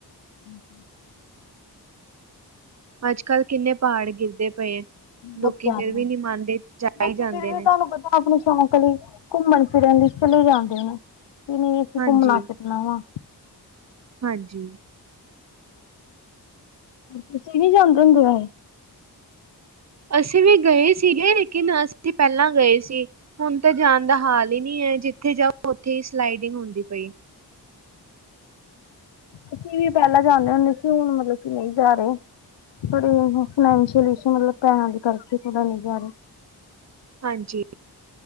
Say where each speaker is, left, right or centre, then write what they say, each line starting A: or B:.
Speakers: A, on the left; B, on the right.
A: <inaudible>
B: ਅੱਜ ਕੱਲ੍ਹ ਕਿੰਨੇ ਪਹਾੜ ਗਿਰਦੇ ਪਏ ਹੈ
A: ਬਹੁਤ
B: ਲੋਕੀ
A: ਜ਼ਿਆਦਾ
B: ਫੇਰ ਵੀ ਨੀ ਮੰਨ ਦੇ ਜਾ
A: ਲੋਕੀ
B: ਹੀ ਜਾਂਦੇ
A: ਫਿਰ ਵੀ
B: ਨੇ।
A: ਤੁਹਾਨੂੰ ਪਤਾ ਆਪਣੇ ਸ਼ੌਕ ਲਈ ਘੁੰਮਣ ਫਿਰਨ ਲਈ ਚਲੇ ਜਾਂਦੇ ਨੇ ਕਿ ਨਹੀਂ ਅਸੀਂ
B: ਹਾਂਜੀ
A: ਘੁੰਮਣਾ ਫਿਰਨਾ ਵਾਂ।
B: ਹਾਂਜੀ।
A: ਤੁਸੀਂ ਨੀ ਜਾਂਦੇ ਹੁੰਦੇ ਵੈਹੇ।
B: ਅਸੀਂ ਵੀ ਗਏ ਸੀਗੇ ਲੇਕਿਨ ਅਸੀਂ ਪਹਿਲਾਂ ਗਏ ਸੀ। ਹੁਣ ਤਾਂ ਜਾਣ ਦਾ ਹਾਲ ਹੀ ਨਹੀਂ ਹੈ ਜਿੱਥੇ ਜਾਓ ਉੱਥੇ ਹੀ ਸਲਾਈਡਿੰਗ ਹੁੰਦੀ ਪਈ।
A: ਅਸੀਂ ਵੀ ਪਹਿਲਾਂ ਜਾਂਦੇ ਹੁੰਦੇ ਸੀ ਹੁਣ ਮਤਲਬ ਕੀ ਨਹੀਂ ਜਾ ਰਹੇ। ਥੋੜੀ ਫੈਨਸ਼ਲ ਈਸ਼ੂ ਮਤਲਬ ਪੈਹਾ ਦੇ ਕਰਕੇ ਥੋੜਾ ਨੀ ਜਾ ਰਹੇ।
B: ਹਾਂਜੀ